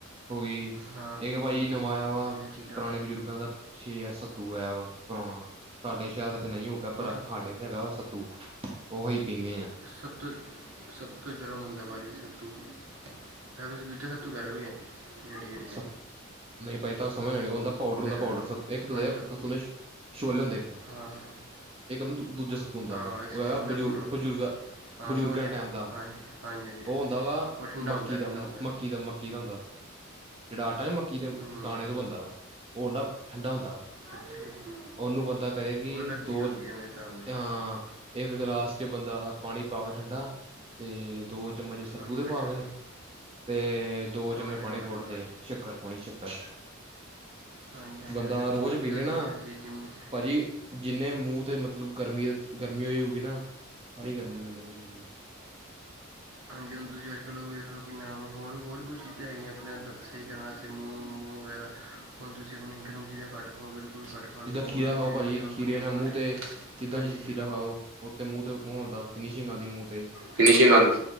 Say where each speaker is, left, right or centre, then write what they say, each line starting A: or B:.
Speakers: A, on the right (about 25°); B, on the right (about 75°).
A: ਹੋ ਗਈ
B: ਹਾਂ
A: ਏਕ
B: ਗੂੰਦ
A: ਭਾਈ
B: ਹੋ
A: ਨਵਾਂ
B: ਗਈ
A: ਆਇ ਵਾ
B: ਵਧੀਆ ਚੀਜ਼ਾਂ
A: ਪੁਰਾਣੇ ਬਜ਼ੁਰਗਾਂ ਦਾ ਪਿੱਛੇ ਜੀ ਆਇਆ ਸੱਤੂ ਆਇਆ ਵਾ ਪੁਰਾਣਾ ਤਾਡੇ ਸ਼ਾਇਦ ਇਥੇ ਨਹੀਂ ਹੋਉ ਬੈਅ ਪਰਾ
B: ਉਹ ਸੱਤ
A: ਹਾਡੇ ਤੇ ਹੈਗਾ ਸੱਤੂ ਉਹੀ ਪੀਣੇ ਆ
B: ਸੱਤੂ ਸੱਤੂ ਗਰਮ ਹੁੰਦਾ ਭਾਅ ਜੀ ਸੱਤੂ ਐ ਤੁਸੀਂ ਦੂਜਾ ਸੱਤੂ ਤੂ ਘਰ ਮੇ ਹੈ ਠੀਕ ਹੈ ਠੀਕ ਹੈ ਠੀਕ
A: ਸ
B: ਐ
A: ਨਹੀਂ ਭਾਈ ਤਾਨੂੰ ਸਮਝ ਲੈਣੀ ਓ ਹੁੰਦਾ ਪਾਊਡਰ ਹੁੰਦਾ ਪਾਊਡਰ
B: ਰਹੇ ਹੋ
A: ਇੱਕ ਹੁੰਦੇ
B: ਹਾਂਜੀ
A: ਆ
B: ਉਹ-
A: ਸੱਤੂ ਦੇ ਛੋਲੇ ਹੁੰਦੇ।
B: ਹਾਂ।
A: ਇੱਕ ਹੁੰਦੇ ਦੂਜੇ ਸ ਹੁੰਦਾ
B: ਹਾਂ
A: ਵਾ
B: ਇੱਕ ਸੌ
A: ਉਹ ਹੈਗਾ
B: ਛੋਲੇ ਦਾ
A: ਬਜ਼ੁਰਗ
B: ਪਾਊਡਰ
A: ਬਜ਼ੁਰਗਾਂ
B: ਹਾਂ
A: ਬਜ਼ੁਰਗਾਂ
B: ਸਮਝ ਗਿਆ
A: ਦੇ ਟੈਮ ਦਾ
B: ਹਾਂਜੀ ਹਾਂਜੀ ਹਾਂਜੀ
A: ਉਹ ਹੁੰਦਾ ਵਾ
B: ਉਹ ਠੰਡਾ
A: ਮੱਕੀ
B: ਹੁੰਦਾ
A: ਦਾ
B: ਠੰਡਾ ਹੁੰਦਾ
A: ਮੱਕੀ ਦਾ ਮੱਕੀ ਦਾ ਹੁੰਦਾ। ਜਿਹੜਾ ਆਟਾ ਨਾ ਮੱਕੀ ਦੇ
B: ਹੂੰ
A: ਦਾਣੇ ਤੋਂ ਬਣਦਾ ਵਾ ਉਹ ਹੁੰਦਾ ਠੰਡਾ ਹੁੰਦਾ ਵਾ।
B: ਅੱਛਾ ਜੀ,
A: ਉਹਨੂੰ ਬੰਦਾ ਕਰੇ ਕਿ
B: ਉਹ ਅਲੱਗ ਚੀਜ਼
A: ਦੋ
B: ਹੁੰਦੀ ਹੈ ਮੇਰੇ ਹਿਸਾਬ ਨਾਲ
A: ਹਾ ਇੱਕ ਗਲਾਸ ਚ ਬੰਦਾ ਪਾਣੀ ਪਾ ਕੇ ਠੰਡਾ ਤੇ ਦੋ ਚਮਚ ਸੱਤੂ
B: ਹਾਂਜੀ
A: ਦੇ
B: ਮਿੱਠਾ
A: ਪਾ ਕੇ ਤੇ ਦੋ
B: ਸਮਝ
A: ਚੰਮਚ
B: ਗਿਆ
A: ਪਾਨੇ
B: ਸਮਝ
A: ਗੁੜ
B: ਗਿਆ
A: ਦੇ
B: ਬਾਈ
A: ਸ਼ੱਕਰ ਪਾਨੀ ਸ਼ੱਕਰ
B: ਹਾਂਜੀ ਹਾਂਜੀ
A: ਬੰਦਾ
B: ਤੁਸੀਂ ਬਣਾਓ
A: ਰੋਜ਼
B: ਵਧੀਆ
A: ਪੀ ਲੇ
B: ਅੱਜ-ਕੱਲ੍ਹ
A: ਨਾ
B: ਤੇ ਤੁਸੀ ਜਿੰਮ ਵੀ
A: ਭਾਜੀ ਜਿੰਨੇ ਮੂੰਹ ਤੇ ਮਤਲਬ ਗਰਮੀ ਦੇ ਗਰਮੀ ਹੋਈ ਹੋਊਗੀ ਨਾ ਸਾਰੀ ਗਰਮੀ ਉਦੇ ਨਾਲ ਨਿਕਲ ਜਾਂਦੀ ਐ।
B: ਹਾਂਜੀ ਹੁਣ ਤੁਸੀਂ ਅੱਜ-ਕੱਲ੍ਹ ਉਹ ਵੇਖ ਲਓ ਕਿਨਾ ਹੋਰ ਹੋਰ ਬਹੁਤ ਚੀਜ਼ਾਂ ਹੈਗੀਆਂ ਆਪਣਾ ਦ ਸਹੀ ਕਰਨ ਵਾਸਤੇ ਮੋ ਮੌ ਵਗੈਰਾ ਹੁਣ ਤੁਸੀਂ ਆਪਣੀ ਗਰਮ ਚੀਜ਼ਾਂ ਘੱਟ ਖਾਓ ਬਿਲਕੁਲ ਘੱਟ ਕਰ ਦਿਓ
A: ਜਿੱਦਾਂ ਖੀਰਾ
B: ਹੋਰ ਜਿਵੇਂ
A: ਖਾਓ ਭਾਜੀ,
B: ਅੱਜ ਕੱਲ੍ਹ
A: ਖੀਰੇ
B: ਬੰਦੇ
A: ਨਾਲ
B: ਕੋਲਡ
A: ਮੂੰਹ
B: ਡਰਿੰਕ
A: ਤੇ ਜਿੱਦਾਂ
B: ਹਾਂਜੀ
A: ਜ ਖੀਰਾ ਖਾਓ ਓ ਤੇ ਮੂੰਹ ਤੇ ਗਲੋ ਆਦਾ ਫਿਨੀਸ਼ਿੰਗ ਆਦੀ ਐ ਮੂੰਹ ਤੇ।
B: ਫਿਨੀਸ਼ਿੰਗ ਆ